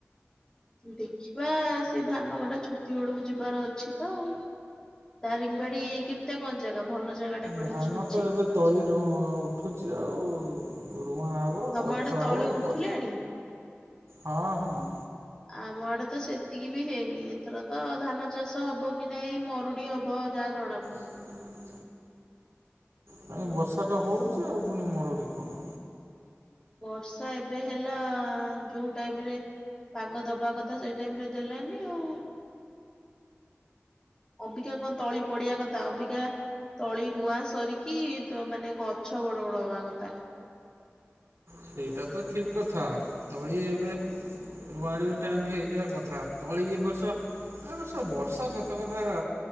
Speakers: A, on the left (about 15°); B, on the right (about 80°).
A: ଦେଖିବା ସେ ଧାନ କଟା ଛୁଟି ବେଳକୁ ଯିବାର ଅଛି ତ ଆଉ। ଦାରିଙ୍ଗବାଡି କେମିତିଆ କଣ ଜାଗା? ଭଲ ଜାଗା ଟା କୁଆଡେ
B: ଧାନ
A: ମୁଁ ଶୁଣିଛି।
B: ତ ଏବେ ତଳିରୁ ଉଠୁଛି ଆଉ। ରୁଆ ହେବ
A: ତମ
B: ଗଛ
A: ଆଡେ ତଳି ଉଠିଲେଣି
B: ହେବ ହଁ ହଁ
A: ଆମ ଆଡେ ତ ସେତିକି ବି ହେଇନି ଏଥର ତ ଧାନ ଚାଷ ହବ କି ନାଇଁ ମରୁଡି ହବ ଯାହା ଜଣା
B: ହୁଁ। କାହିଁ ବର୍ଷା ଟା ହଉଛି ଆଉ ପୁଣି ମରୁଡି କଣ।
A: ବର୍ଷା ଏବେ ହେଲା ଯୋଉ ଟାଇମ ରେ। ପାଗ ଦବା କଥା ସେଇ ଟାଇମ ରେ ଦେଲାନି ଆଉ। ଅବିକା କଣ ତଳି ପଡିବା କଥା ଅବିକା ତଳି ରୁଆ ସରିକି ତ ମାନେ ଗଛ ବଡ ବଡ ହବା କଥା।
B: ସେଇଟା ତ ଠିକ କଥା ତଳି ଏବେ ରୁଆ ରୁଇଁ ହେଇଯିବା କଥା ତଳି ଏ ବର୍ଷ ଏ ବର୍ଷ ବର୍ଷା ସତ କଥା